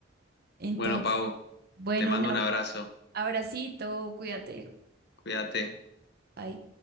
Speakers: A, on the right; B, on the left.
A: Entonces,
B: Bueno, Pau,
A: bueno,
B: te mando
A: un
B: un abrazo.
A: abracito, cuídate.
B: Cuídate.
A: Bye.